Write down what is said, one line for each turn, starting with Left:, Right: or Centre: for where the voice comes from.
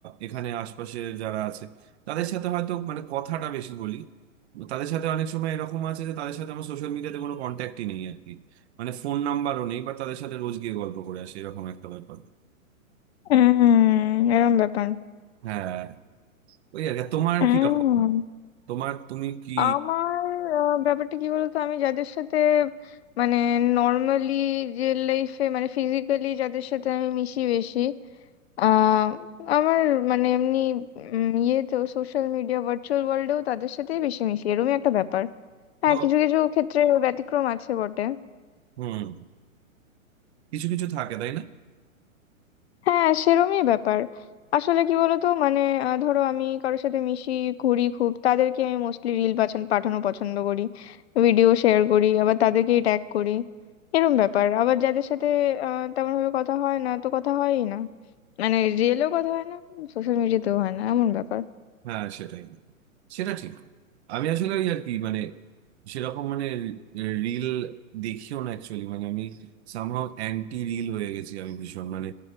Right: এখানে আশপাশে যারা আছে তাদের সাথে হয়তো মানে কথাটা বেশি বলি তাদের সাথে অনেক সময় এরকম আছে যে তাদের সাথে আমার সোশ্যাল মিডিয়াতে কোনো কন্ট্যাক্টই নেই আর কি মানে ফোন নাম্বারও নেই বা তাদের সাথে রোজ গিয়ে গল্প করে আসি এরকম একটা ব্যাপার
Left: উম, এরম ব্যাপার
Right: হ্যাঁ ওই আর কি। আর তোমার
Left: উম,
Right: কি রকম তোমার তুমি কি
Left: আমার আহ, ব্যাপারটা কি বলতো আমি যাদের সাথে মানে নর্মালি রিয়েল লাইফে মানে ফিজিক্যালি যাদের সাথে আমি মিশি বেশি আহ আমার মানে এমনি উম, ইয়ে তো সোশ্যাল মিডিয়া ভার্চুয়াল ওয়ার্ল্ডেও তাদের সাথেই বেশি মিশি এরকমই একটা ব্যাপার হ্যাঁ
Right: ও
Left: কিছু কিছু ক্ষেত্রে ব্যতিক্রম আছে বটে
Right: হুম কিছু কিছু থাকে তাই না
Left: হ্যাঁ সেরমই ব্যাপার আসলে কি বলতো মানে আহ, ধরো আমি কারোর সাথে মিশি ঘুরি খুব তাদেরকে আমি মোস্টলি রিল পাঠান পাঠানো পছন্দ করি ভিডিও শেয়ার করি আবার তাদেরকেই ট্যাগ করি এরম ব্যাপার আবার যাদের সাথে আহ তেমন ভাবে কথা হয় না তো কথা হয়ই না মানে রিয়েলেও কথা হয় না সোশ্যাল মিডিয়াতেও হয় না এমন ব্যাপার
Right: হ্যাঁ সেটাই সেটা ঠিক আমি আসলে ওই আর কি মানে সেরকম মানে রিল দেখিও না অ্যাকচুয়ালি মানে আমি সামহাও অ্যান্টি রিল হয়ে গেছি আমি ভীষণ মানে